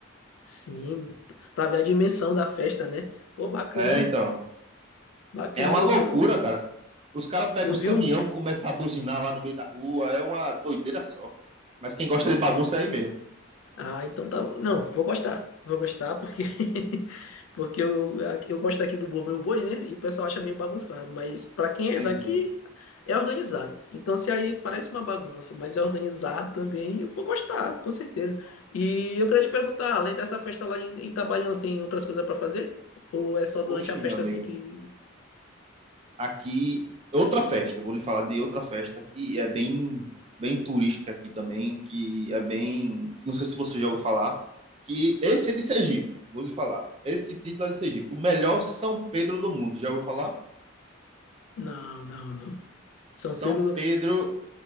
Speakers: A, on the left (about 85°); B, on the right (about 30°).
A: Sim, pra ver a dimensão da festa, né? Pô, bacana,
B: É, então.
A: bacana.
B: É uma loucura,
A: Eu vi um,
B: cara. Os caras pegam
A: eu
B: os
A: vi
B: caminhão,
A: um.
B: começam a buzinar lá no meio da rua. É uma doideira só. Mas quem gosta de bagunça é aí mesmo.
A: Ah, então tá. Não, vou gostar, vou gostar porque <laughs> porque eu, eu gosto aqui do Boi Meu Boi, né? E o pessoal acha meio bagunçado, mas pra quem
B: Sim,
A: é daqui
B: sim.
A: é organizado. Então se aí parece uma bagunça, mas é organizado também, eu vou gostar, com certeza. E eu queria te perguntar, além dessa festa lá em Itabaiana, tem outras coisas pra fazer? Ou é só
B: Oxe,
A: durante a festa
B: meu amigo.
A: assim que?
B: Aqui, outra festa, eu vou lhe falar de outra festa que é bem, bem turística aqui também, que é bem, não sei se você já ouviu falar, que esse é de Sergipe, vou lhe falar. Esse título é de Sergipe, o melhor São Pedro do mundo, já ouviu falar?
A: Não, não, não. São
B: São
A: Pedro
B: Pedro,